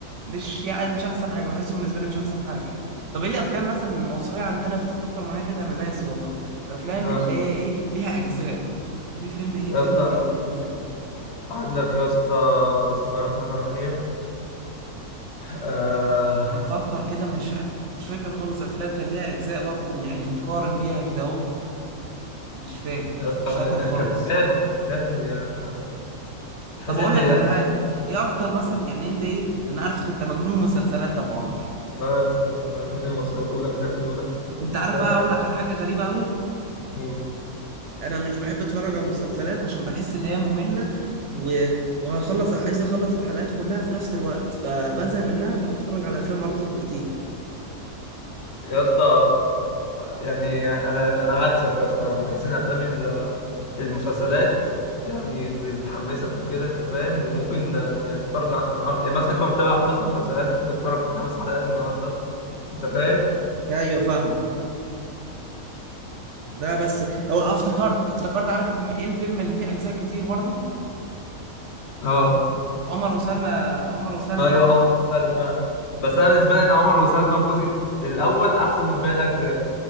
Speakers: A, on the right (about 65°); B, on the left (about 55°).
A: مش يعني مش احسن حاجه بحسه بالنسبه لي مش احسن حاجه طب ايه الافلام مثلا المصريه عندنا فت- فكر معايا كده انا ناسي والله الافلام
B: آه.
A: اللي هي ايه ليها اجزاء في فيلم ايه
B: يا
A: تاني
B: اسطى
A: كان ليه اجزاء
B: عندك يا اسطى بسم الله الرحمن الرحيم آه
A: انا بفكر كده مش مش فاكر خالص افلام كان ليها اجزاء برضو يعني نقارن بيها كده اهو مش فاكر
B: يا اسطى
A: مش فاكر
B: يعني
A: خالص
B: كان في دماغي في دماغي، آه، تحس
A: طب
B: ان
A: اقول
B: الأف-
A: لك على حاجه ايه اكتر مثلا يعني انت ايه انا عارفك انت مجنون مسلسلات يا ابو عمرو
B: اه يا اسطى انا بحب المسلسلات والافلام دولت بالنسبه
A: انت عارف
B: لي
A: بقى
B: حاجه
A: اقول لك على حاجه غريبه قوي
B: أيوة.
A: انا مش بحب اتفرج على مسلسلات عشان بحس ان هي ممله و... وهخلص عايز اخلص الحلقات كلها في نفس الوقت فبزهق منها فبتفرج على افلام اكتر بكتير
B: يا اسطى يعني انا انا عكسك يا اسطى انا بحس ان افلام ال- المسلسلات يعني بتحمسك وكده انت فاهم وممكن يعني تتفرج ع- النهارده يعني مثلا انت متابع خمس مسلسلات ممكن تتفرج خمس حلقات النهارده انت فاهم
A: ايوه فاهمك لا بس او افتكرت افتكرت عارف م- ايه الفيلم اللي فيه اجزاء كتير برضو
B: اه
A: عمر وسلمى عمر وسلمى
B: ايوه عمر وسلمى بس انا بالنسبه لي ان عمر وسلمى الجزء الاول احسن من باقي الاجزاء